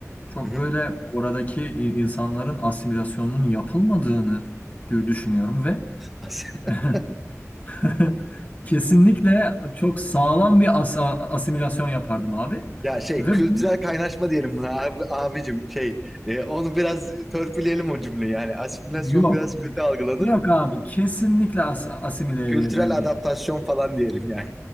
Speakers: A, on the left (about 30°); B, in the centre.
A: çok
B: Hı hı.
A: böyle oradaki i- insanların asimilasyonunun yapılmadığını dü- düşünüyorum ve
B: <laughs>
A: <laughs> <laughs> Kesinlikle çok sağlam bir asa- asimilasyon yapardım abi.
B: Ya şey
A: Ve
B: kültürel
A: bu-
B: kaynaşma diyelim buna abi, abicim şey e, onu biraz törpüleyelim o cümleyi yani asimilasyon
A: yok.
B: biraz kötü algılanır
A: Yok abi. Kesinlikle as- asimile
B: kültürel
A: ederdim.
B: adaptasyon falan diyelim yani.